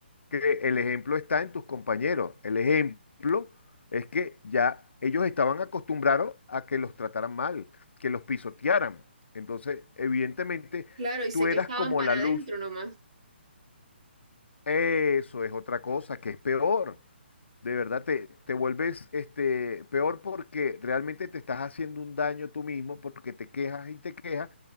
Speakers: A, on the left; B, on the right.
A: que el ejemplo está en tus compañeros. El ejemplo es que ya ellos estaban acostumbrados a que los trataran mal, que los pisotearan. Entonces, evidentemente,
B: claro, y se
A: tú
B: quejaban
A: eras como
B: para
A: la luz.
B: adentro nomás.
A: Eso es otra cosa que es peor. De verdad te, te vuelves este, peor porque realmente te estás haciendo un daño tú mismo porque te quejas y te quejas,